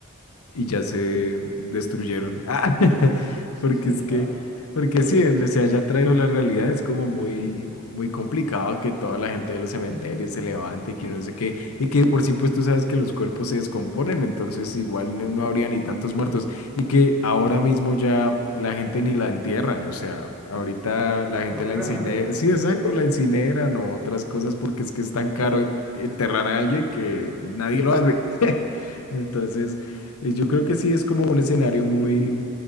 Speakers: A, on the left; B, in the centre.
A: y ya se destruyeron. <laughs> Ah, <laughs> porque
B: Sí,
A: es
B: claro.
A: que, porque sí, en- o sea, ya traigo la realidad, es como muy, muy complicado que toda la gente de los cementerios
B: <clears throat>
A: se levante y que no sé qué, y que por sí, pues tú sabes que los cuerpos se descomponen, entonces igual no, no habría ni tantos muertos, y que ahora mismo ya la gente ni la entierran, o sea, ahorita la gente
B: Los
A: la
B: creman.
A: incinera, sí, exacto, la incineran o otras cosas, porque es que es tan caro enterrar a alguien que nadie lo hace. <laughs> Entonces, eh, Yo creo que sí es como un escenario muy,